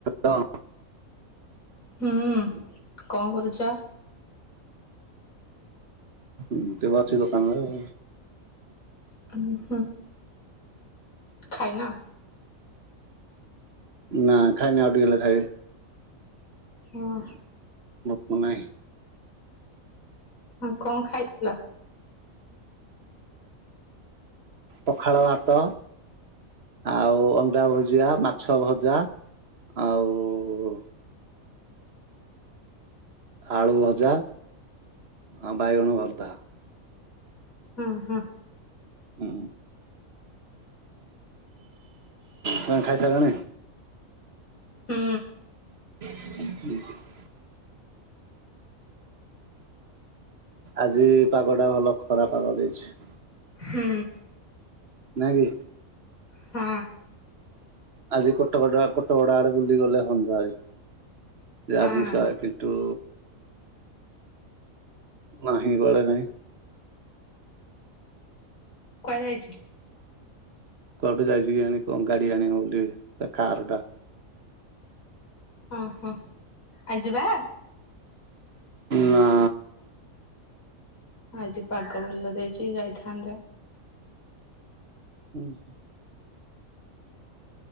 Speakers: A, on the right (about 50°); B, on the left (about 80°).
A: Hello.
B: ହୁଁ କଣ କରୁଛ।
A: ଏମିତି ବସିଛି ଦୋକାନ ଘରେ ଆଉ।
B: ଉଁ ହୁଁ ଖାଇନ।
A: ନା ଖାଇନି ଆଉ ଟିକେ ଗଲେ ଖାଇବି।
B: ହଁ।
A: କଁ ପାଇଁ।
B: ହଁ କଁ ଖାଇଥିଲ।
A: ପଖାଳ ଭାତ। ଆଉ ଅଣ୍ଡା ଭୁଜିଆ ମାଛ ଭଜା ଆଉ ଆଳୁ ଭଜା ଆ ବାଇଗଣ ଭର୍ତା।
B: ହଁ, ହଁ।
A: ଅଁ, ତୋମେ ଖାଇ ସାଇଲଣି?
B: ହୁଁ।
A: <unintelligible> ଆଜି ପାଗ ଟା ଭଲ ଖରା ପାଗ ଦେଇଛି।
B: ହୁଁ।
A: ନା କି?
B: ହଁ।
A: ଆଜି କଟଗଡିଆ କଟକଡା ଆଡେ ବୁଲି ଗଲେ ହଅନ୍ତା ଆଜି। ଯେ
B: ହଁ
A: ଆଜି ସାଏ ପିଣ୍ଟୁ ନାହିଁ ଘରେ କାଇଁ?
B: କୁଆଡେ ଯାଇଛି?
A: କୁଆଡୁ ଯାଇଛି କେଜାଣି କଣ ଗାଡି ଆଣିବ ବୋଲି ତା କାର୍ ଟା।
B: ହଁ ହଁ ଆ ଯିବା?
A: ନା।
B: ଆଜି ପାଗ ଭଲ ଦେଇଚି ଯାଇଥାନ୍ତେ।
A: ହୁଁ, ହଁ।